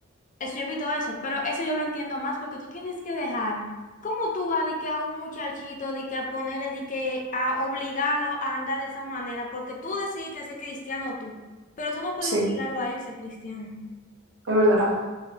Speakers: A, on the left (about 40°); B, on the right (about 70°).
A: Eso yo evito eso, pero eso yo lo entiendo más porque tú tienes que dejar. ¿Cómo tú vas de que a un muchachito, de que a ponerle, de que a obligarlo a andar de esa manera? Porque tú decidiste ser cristiano tú, pero tú no puedes
B: Sí,
A: obligarlo a él ser cristiano.
B: es verdad.